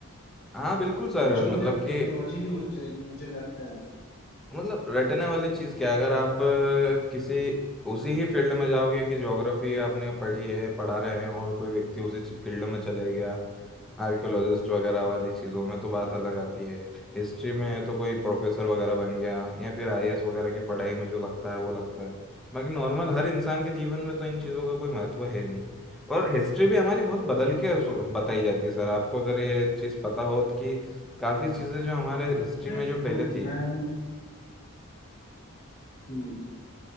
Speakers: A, in the centre; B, on the left.
A: हाँ बिल्कुल सर
B: जो
A: मतलब
B: है अब टेक्नोलॉजी
A: कि
B: ही हो जाएगी मुझे लगता है
A: मतलब रटने वाली चीज क्या है? अगर आप अ, किसी उसी ही फील्ड में जाओगे कि ज्योग्राफी आपने पढ़ी है पढ़ा रहे हैं और कोई व्यक्ति उसी फील्ड में चले गया आर्कियोलॉजिस्ट वगैरह वाली चीज़ों में तो बात अलग आती है हिस्ट्री में है तो कोई प्रोफेसर वगैरह बन गया या फिर आईएएस वगैरह की पढ़ाई में जो लगता है वो लगता है बाकी नॉर्मल हर इंसान के जीवन में तो इन चीज़ों का कोई महत्व है नहीं और हिस्ट्री भी हमारी बहुत बदल के सु- बताई जाती है सर आपको अगर ये चीज़ पता हो तो कि काफ़ी चीज़ें जो हमारे हिस्ट्री
B: अरे
A: में जो पहले
B: कोई-
A: थी
B: मैं हम्म,